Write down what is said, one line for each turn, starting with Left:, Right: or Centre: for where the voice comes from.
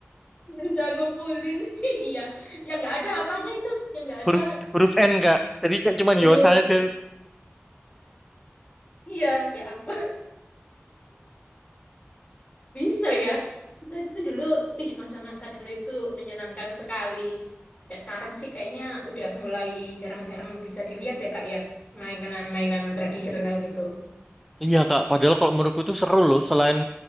Left: bisa ngumpulin <laughs> iya yang nggak ada apanya itu yang nggak ada
Centre: huruf huruf N kak tadi kayak cuman
Left: oh
Centre: Yosa
Left: ya Rob.
Centre: aja
Left: iya ya ampun <laughs> bisa ya kita itu dulu ih masa-masa dulu itu menyenangkan sekali ya sekarang sih kayaknya udah mulai jarang-jarang bisa dilihat ya kak ya mainan-mainan tradisional gitu
Centre: iya kak padahal kalau menurutku itu seru loh selain